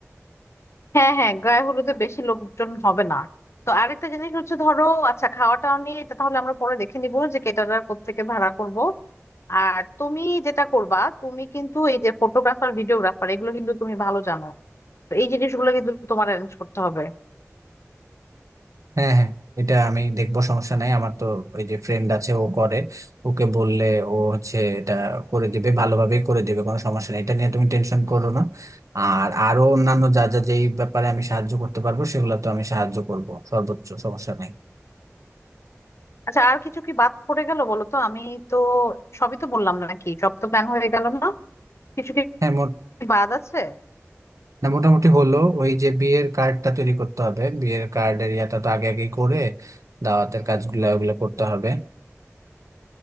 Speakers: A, on the left; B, on the right.
A: হ্যাঁ হ্যাঁ গায়ে হলুদে বেশি লোকজন হবে না তো আরেকটা জিনিস হচ্ছে ধরো আচ্ছা খাওয়া টাওয়া নিয়ে এটা তাহলে আমরা পরে দেখে নিবো যে কেটারার কোত্থেকে ভাড়া করব আর তুমি যেটা করবা তুমি কিন্তু এই যে ফটোগ্রাফার ভিডিওগ্রাফার এগুলো কিন্তু তুমি ভালো জানো তো এই জিনিসগুলো কিন্তু তোমার অ্যারেঞ্জ করতে হবে
B: হ্যাঁ হ্যাঁ এটা আমি দেখবো সমস্যা নাই আমার তো ওই যে ফ্রেন্ড আছে ও করে ওকে বললে ও হচ্ছে এটা করে দিবে ভালোভাবেই করে দিবে কোনো সমস্যা নেই এটা নিয়ে তুমি টেনশন করো না আর আরো অন্যান্য যা যা যেই ব্যাপারে আমি সাহায্য করতে পারবো সেগুলো তো আমি সাহায্য করব সর্বোচ্চ সমস্যা নাই
A: আচ্ছা আর কিছু কি বাদ পড়ে গেল বলো তো আমি তো সবই তো বললাম নাকি সব তো প্ল্যান হয়ে গেল না কিছু কি
B: হ্যাঁ মোট
A: বাদ আছে
B: না মোটামুটি হলো ওই যে বিয়ের কার্ডটা তৈরি করতে হবে বিয়ের কার্ডের ইয়াটা তো আগে আগেই করে দাওয়াতের কাজগুলো ওগুলো করতে হবে